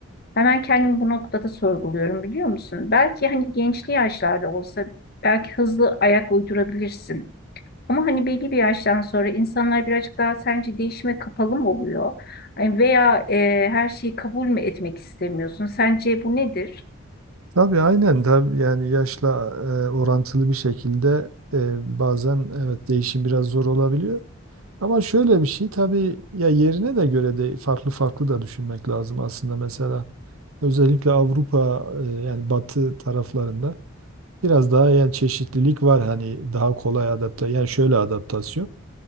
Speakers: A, on the left; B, on the right.
A: Hemen kendimi bu noktada sorguluyorum biliyor musun? Belki hani gençli yaşlarda olsa belki hızlı ayak uydurabilirsin. Ama hani belli bir yaştan sonra insanlar birazcık daha sence değişime kapalı mı oluyor? Ay Veya e, her şeyi kabul mü etmek istemiyorsun? Sence bu nedir?
B: Tabii aynen tabii yani yaşla e, orantılı bir şekilde e, bazen evet değişim biraz zor olabiliyor. Ama şöyle bir şey tabii ya yerine de göre de farklı farklı da düşünmek lazım aslında mesela özellikle Avrupa e, yani Batı taraflarında biraz daha yani çeşitlilik var hani daha kolay adapte yani şöyle adaptasyon